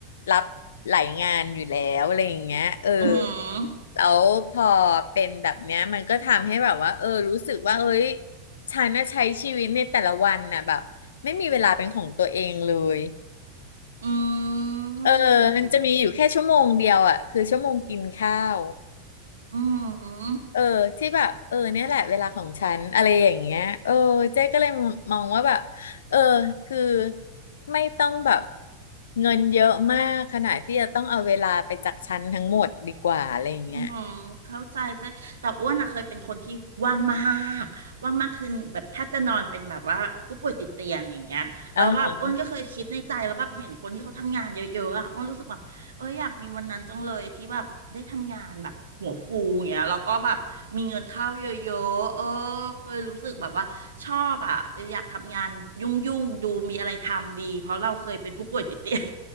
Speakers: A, on the left; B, on the right.
A: รับหลายงานอยู่แล้วอะไรอย่างเงี้ยเออ
B: อืม
A: แล้วพอเป็นแบบเนี้ยมันก็ทำให้แบบว่าเออรู้สึกว่าเอ้ยฉันน่ะใช้ชีวิตในแต่ละวันน่ะแบบไม่มีเวลาเป็นของตัวเองเลย
B: อืม
A: เออมันจะมีอยู่แค่ชั่วโมงเดียวอ่ะคือชั่วโมงกินข้าว
B: อืม
A: เออที่แบบเออเนี่ยแหละเวลาของฉันอะไรอย่างเงี้ยเออเจ๊ก็เลยมองว่าแบบเออคือไม่ต้องแบบเงินเยอะมากขนาดที่จะต้องเอาเวลาไปจากฉันทั้งหมดดีกว่าอะไรอย่างเงี้ย
B: อืมเข้าใจใจแต่อ้วนอะเคยเป็นคนที่ว่างมากว่างมากคือแบบแทบจะนอนเป็นแบบว่าผู้ป่วยติดเตียงอย่างเงี้ยแล้วแบบอ้วนก็เคยคิดในใจแล้วแบบเห็นคนที่เขาทำงานเยอะๆอะอ้วนรู้สึกแบบเอออยากมีวันนั้นจังเลยที่แบบได้ทำงานแบบหัวฟูอย่างเงี้ยแล้วก็แบบมีเงินเข้าเยอะๆเออ
A: อ่าฮะ
B: เคยรู้สึกแบบว่าชอบอะเอออยากทำงานยุ่งๆดูมีอะไรทำดีเพราะเราเคยเป็นผู้ป่วยติดเตียง